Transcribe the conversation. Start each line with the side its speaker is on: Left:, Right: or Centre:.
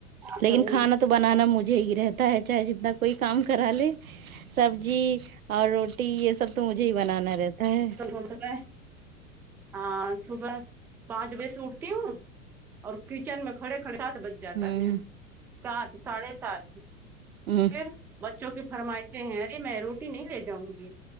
Centre: کیا
Right: لیکن
Centre: کریں ہم۔
Right: کھانا تو بنانا مجھے ہی رہتا ہے چاہے جتنا کوئی کام کرا لے سبزی اور روٹی یہ سب تو مجھے ہی بنانا رہتا ہے
Centre: میں ہاں صبح پانچ بجے سے اٹھتی ہوں اور کچن میں کھڑے کھڑے سات بج جاتا
Right: ہوں
Centre: ہے سات ساڑھے سات
Right: ہ
Centre: پھر بچ چو کی فرمائشیں ہیں ارے میں روٹی نہیں لے جاؤں گی